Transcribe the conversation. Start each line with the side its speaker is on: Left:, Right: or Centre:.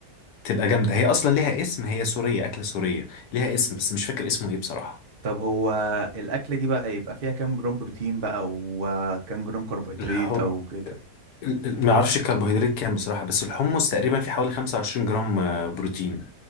Left: تبقى جامدة هي أصلا ليها اسم هي سورية أكلة سورية ليها اسم بس مش فاكر اسمه إيه بصراحة
Right: طب هو الأكلة دي بقى يبقى فيها كام جرام بروتين بقى وكام جرام كربوهيدرات
Left: الحم
Right: أو كده
Left: ال- ال- ما اعرفش الكربوهيدرات كام بصراحة بس الحمص تقريبا في حوالي 25 جرام آه، بروتين